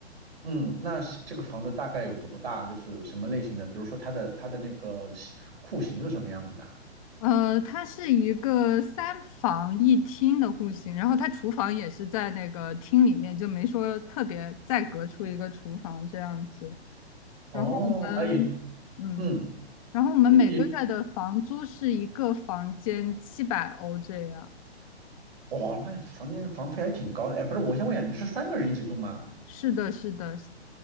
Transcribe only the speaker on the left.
呃，它是一个三房一厅的户型，然后它厨房也是在那个厅里面，就没说特别再隔出一个厨房这样子。
然后我们，
嗯，
然后我们每个月的房租是一个房间七百欧这样。
是的，是的，